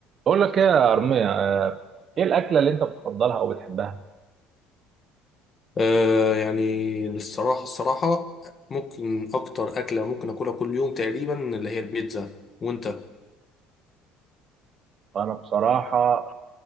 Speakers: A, on the right; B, on the left.
A: بقول لك ايه يا أرمية آه، ايه الأكلة اللي انت بتفضلها او بتحبها
B: آه يعني الصراحة الصراحة ممكن أكتر أكلة ممكن أكلها كل يوم تقريبا اللي هي البيتزا وأنت
A: انا بصراحة